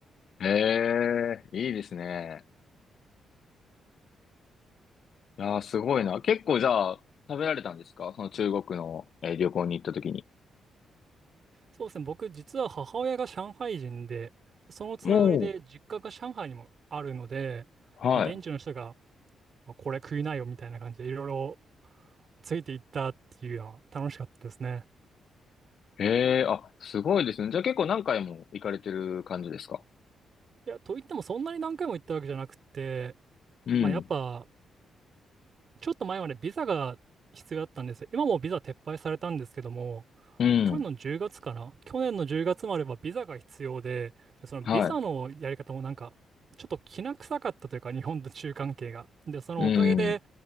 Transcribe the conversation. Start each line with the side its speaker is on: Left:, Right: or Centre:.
Left: ええ、いいですね。いやー、すごいな。結構じゃあ、食べられたんですかその中国の、えー旅行に行った時に。
Right: そうですね、僕実は母親が上海人で、そのつながりで実家が上海にもあるので、
Left: もう。はい。
Right: もう現地の人がまあこれ食いなよみたいな感じでいろいろついていったっていうのは楽しかったですね。
Left: ええ、あ、すごいですね。じゃあ結構何回も行かれてる感じですか
Right: いや、と言ってもそんなに何回も行ったわけじゃなくて、
Left: うん。
Right: まあやっぱちょっと前までビザが必要だったんですよ。今もビザ撤廃されたんですけども、
Left: うん。
Right: 去年の10月かな去年の10月まではビザが必要で、でそのビザのやり方もなんか、
Left: は
Right: ちょっときな臭かったというか、日本と中関係が。で、そのおかげで、
Left: い。うん。